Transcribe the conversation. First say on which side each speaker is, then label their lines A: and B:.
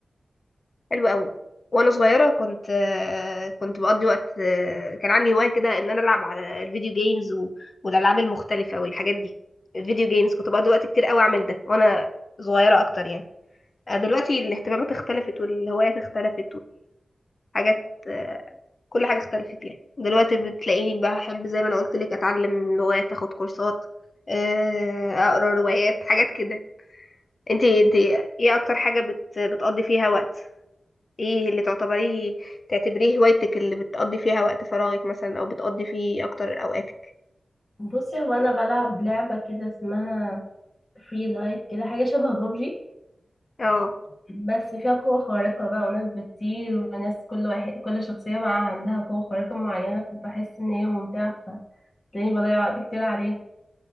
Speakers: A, on the left; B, on the left.
A: حلو قوي وانا صغيره كنت آه، كنت بقضي وقت آه، كان عندي هوايه كده ان انا العب على الفيديو جيمز و- والالعاب المختلفه والحاجات دي الفيديو جيمز كنت بقضي وقت كتير قوي اعمل ده وانا صغيره اكتر يعني آه، دلوقتي الاهتمامات اختلفت والهوايات اختلفت والحاجات آه، كل حاجه اختلفت يعني دلوقتي بتلاقيني بحب زي ما انا قلت لك اتعلم لغات اخد كورسات آه، اقرا روايات حاجات كده انتي انتي ايه اكتر حاجه بت بتقضي فيها وقت ايه اللي تعتبريه تعتبريه هوايتك اللي بتقضي فيها وقت فراغك مثلا او بتقضي فيه اكتر اوقاتك
B: بصي هو انا بلعب لعبه كده اسمها فري لايت كده حاجه شبه بابجي
A: اه
B: بس فيها قوة خارقة بقى وناس بتطير وناس كل واحد كل شخصية بقى عندها قوة خارقة معينة فبحس إن هي ممتعة فتلاقيني بضيع وقت كتير عليها